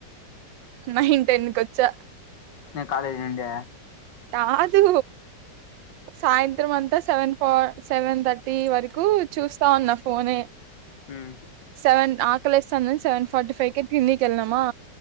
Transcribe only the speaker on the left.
నే కాలేజ్ నుండి
మ్